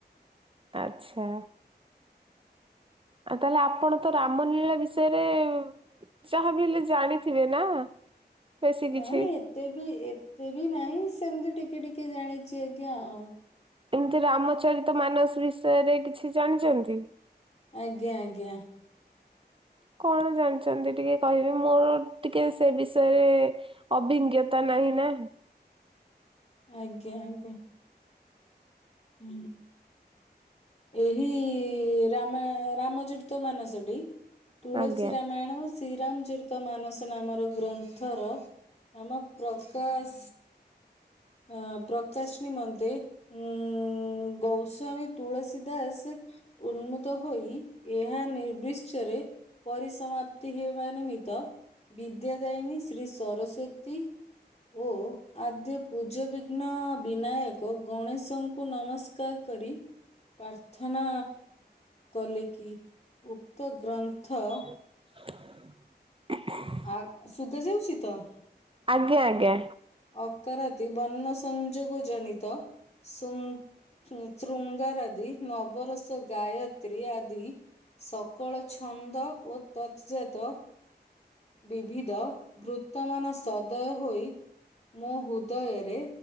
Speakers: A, on the right; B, on the left.
A: ଆଚ୍ଛା। ଆଉ ତାହେଲେ ଆପଣ ତ ରାମ ଲୀଳା ବିଷୟରେ ଯାହାବି ହେଲେ ଜାଣିଥିବେ ନା। ବେଶୀ କିଛି।
B: ନାଁଇ ଏତେ ବି ଏତେ ବି ନାହିଁ ସେମିତି ଟିକେ ଟିକେ ଜାଣିଚି ଆଜ୍ଞା ଆଉ।
A: ଏମିତି ରାମଚରିତ ମାନସ ବିଷୟରେ କିଛି ଜାଣିଚନ୍ତି?
B: ଆଜ୍ଞା ଆଜ୍ଞା।
A: କଣ ଜାଣିଚନ୍ତି ଟିକେ କହିବେ ମୋର ଟିକେ ସେ ବିଷୟରେ ଅଭିଜ୍ଞତା ନାହିଁ ନା।
B: ଆଜ୍ଞା ଆଜ୍ଞା। ହୁଁ। ଏହି ରାମାୟ ରାମଚରିତ ମାନସଟି ତୁଳସୀ
A: ଆଜ୍ଞା
B: ରାମାୟଣ ଶ୍ରୀରାମଚରିତ ମାନସ ନାମର ଗ୍ରନ୍ଥର ଆମ ପ୍ରକାଶ ଆଁ ପ୍ରକାଶ ନିମନ୍ତେ ଉଁ ଗୋସ୍ୱାମୀ ତୁଳସୀ ଦାସେ ଉନ୍ମୁତ ହୋଇ ଏହା ନିର୍ବିଶ୍ଚରେ ପରିସମାପ୍ତି ହେବା ନିମିତ୍ତ ବିଦ୍ୟା ଦାୟିନୀ ଶ୍ରୀ ସରସ୍ଵତୀ ଓ ଆଦ୍ୟ ପୂଜ୍ୟ ବିିଘ୍ନ ବିନାୟକ ଗଣେଶଙ୍କୁ ନମସ୍କାର୍ କରି। ପ୍ରାର୍ଥନା କଲେ କିି ଉକ୍ତ ଗ୍ରନ୍ଥ
A: <unintelligible>
B: ଆକ୍ ଶୁବାଯାଉଚି ତ?
A: ଆଜ୍ଞା ଆଜ୍ଞା।
B: ଅକାରତି ବର୍ଣ୍ଣ ସଂଯୋଗ ଜନିତ ସୁନ୍ ଶୃଙ୍ଗାର ଆଦି ନବରସ ଗାୟ ତ୍ରୀ ଆଦି ସକଳ ଛନ୍ଦ ଓ ତତ୍ ଜାତ ବିବିଧ ବୃତ୍ତମାନ ସଦୟ ହୋଇ ମୋ ହୁଦୟରେ